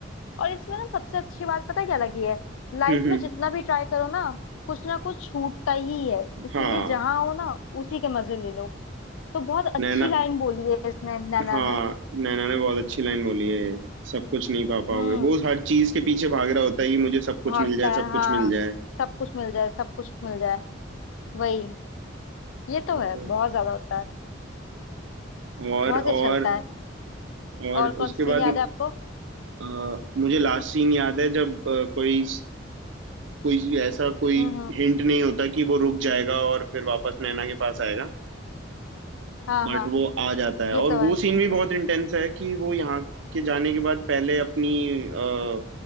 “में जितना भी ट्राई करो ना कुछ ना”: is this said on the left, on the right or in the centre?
Left